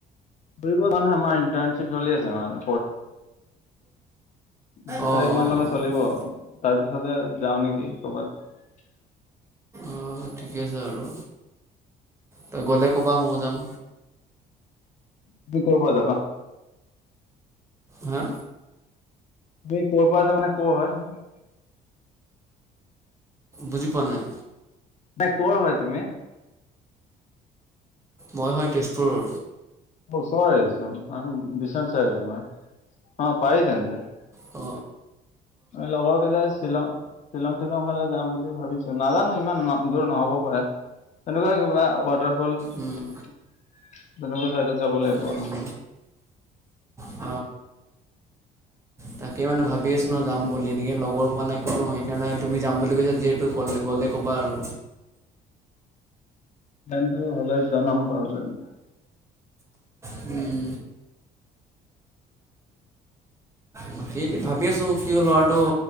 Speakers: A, on the left; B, on the right.
A: ফুৰিব যোৱা নাই আমাৰ ইটাৰশ্বিপ চলি আছে মানে বিশ
B: অঁ
A: তাৰিখ
B: অঁ
A: মানলৈকে চলিব। তাৰপিছতে যাও নেকি কৰ'বাত।
B: অঁ ঠিকে আছে বাৰু তই গ'লে ক'বা ময়ো যাম
A: তুমি কৰপৰা যাবা?
B: হা
A: ত ক'ৰ পৰা আছ মানে ক' হয় ম
B: বুজি পোৱা নাই।
A: নাই কৰ হয় তুমি?
B: মই হয় তেজপুৰৰ।
A: অ ওচৰৰে চোন বিশ্বনাথ চাৰিআলি মই অ পাৰি তেন্তে,
B: অ
A: লগৰ কেইটাই শ্বিলং -শ্বিলং -টিলং ফালে যাম বুলি ভাবিছো নাজানো ইমানত দূৰ নহ'বও পাৰে তেনেকুৱা কিবা ৱাটাৰ ফল
B: উম
A: তেনেকুৱা চাইডত যাব লাগিব
B: উম অ। তাকে মানে ভাবি আছোঁ ন যাম বুলি এনেকৈ লগৰ পোৱা নাই কোনো সেইকাৰণে তুমি যাম বুলি যিহেতু ক'লে গ'লে ক বাৰু
A: তেন্তু হ'লে জনাম বাৰু তেন্তে।
B: হম। বাকী ভাবি আছোঁ কিয় ল'ৰাটো।।